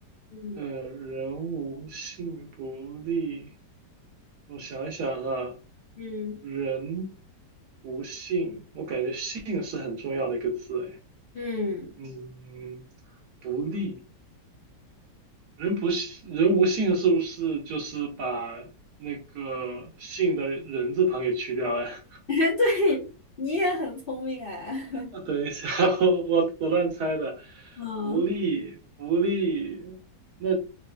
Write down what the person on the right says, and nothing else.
呃，人无信不立，我想一想啊，
人无信，我感觉信是很重要的一个字，哎。
嗯，不利。人不信，人无信是不是就是把那个信的人字旁给去掉呀？<laughs>
啊等一下，我我我乱猜的。
不利不利，那